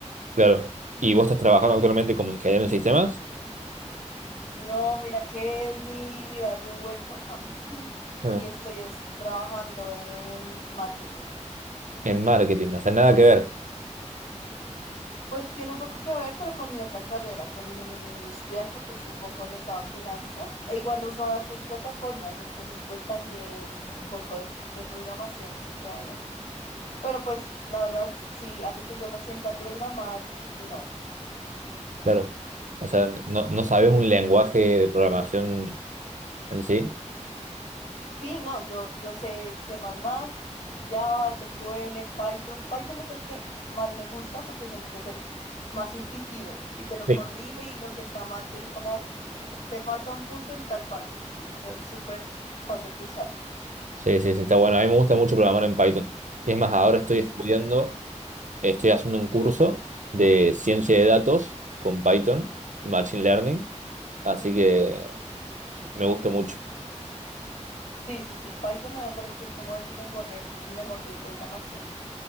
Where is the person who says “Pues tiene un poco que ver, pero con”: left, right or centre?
Left